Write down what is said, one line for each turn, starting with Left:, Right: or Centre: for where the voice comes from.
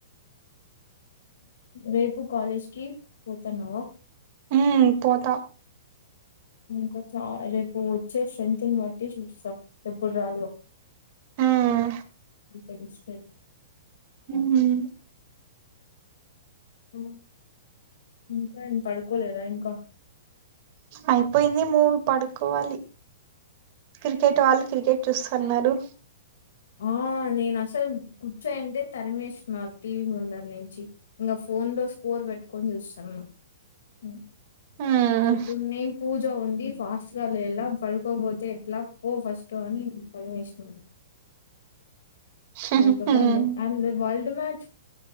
Left: రేపు కాలేజ్కిపోతాన్నవా.
Right: ఉ పోతా.
Left: ఇంకా చ రేపు వచ్చే స్ట్రెంత్ని బట్టి చూస్తా ఎప్పుడు రావలో
Right: హ్మ్
Left: తెలుస్తది.
Right: హ్మ్
Left: ఇంకా హ ఇంకా ఎం పడుకోలేదా ఇంకా.
Right: అయిపోయింది మూవీ పడుకోవాలి. క్రికెట్ వాళ్ళు క్రికెట్ చూస్తన్నారు.
Left: ఆ నేను అసలు కుర్చోనుంటే తరిమేశ్ క టీవీ ముందరి నుంచి ఇంకా ఫోన్ లో స్కోర్ పెట్టుకొని చూస్తాం హ్మ్
Right: హ్మ్
Left: పోధునే పూజ రో ఉంది ఫాస్ట్ గా లేలా పడుకోపోతే ఎట్లా పో ఫస్ట్ అని తరి మీహనారు
Right: హుహు
Left: బ్రేక్ అప్
Right: హ్మ్
Left: అయింది బగ బ అ వాల్ రడు మచ్